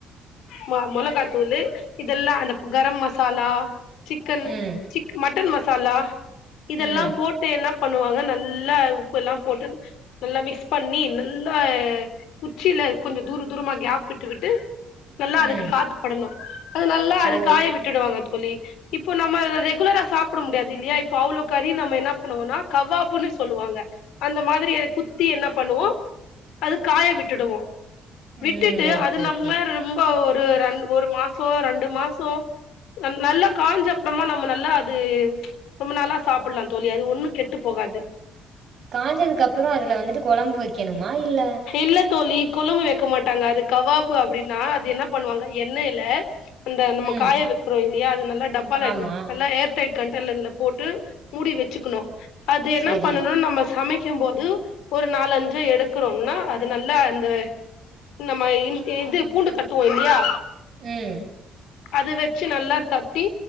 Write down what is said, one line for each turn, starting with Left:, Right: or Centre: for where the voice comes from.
Left: ம் மோலகட்டு தூளு இதெல்லா அந்த கரம் மசாலா சிக்கன்
Right: ம்
Left: மட்டன் மசா சால்லா இதெல்லா
Right: ம்
Left: என்ன பண்ணுவாங்க நல்லா உப்பெல்லா போட்டு நல்லா மிக்ஸ் பண்ணி நல்லா குச்சில கொஞ்சோ தூர தூரமா கேப் விட்டு விட்டு நல்லா அதுக்கு
Right: ம்
Left: காத்துப்படணும் அது நல்லா அது
Right: ஓ
Left: காய விட்டுடுவாங்க இப்ப நம்ம ரெகுலரா சாப்புட முடியாதுயில்லையா இப்போ அவ்ளோ கறி நம்ம என்ன பண்ணுவோன்னா கவாபுன்னு சொல்லுவாங்க அந்த மாதிரி குத்தி என்ன பண்ணுவோம் அது காய விட்டுடுவோம்
Right: ம்
Left: விட்டுட்டு
Right: ஓகே
Left: அது
Right: ஓகே
Left: நம்ம ரொம்ப ஒரு ரெண் ஒரு மாசோ ரெண்டு மாசோ நல்லா காஞ்ச அப்புறமா நம்ம நல்லா அது ரொம்ப நல்ல சாப்புடலாம் சொல்லி அது ஒன்னும் கெட்டு போகாது
Right: காஞ்சதுக்கு அப்புஅதுல வந்துட்டு கொழம்பு வெக்கணோ வோல் இல்ல
Left: இல்ல தோழி கொழம்பு வெக்க மாட்டாங்க அது கவாபு அப்டின்னா அது என்ன பண்ணுவாங்க எண்ணெயில அந்த நம்ம
Right: ம்
Left: காய வெக்குறோ இல்லையா அது நல்லா டப்பால
Right: ஆமா
Left: அடி நல்லா ஏர்டைட் கண்டெயின்னர்ல போட்டு மூடி வெச்சுக்ணோனும் அது என்ன
Right: சேரி
Left: பண்ணோன்னா நம்ம சமைக் கும்போது ஒரு நாலஞ்சோ எடு க்குறோல அது நல்லா இந்த நம்ம இது பூண்டு தட்டுவோம் இல்லையா
Right: ம்
Left: அது வச்சு நல்லா தட்டி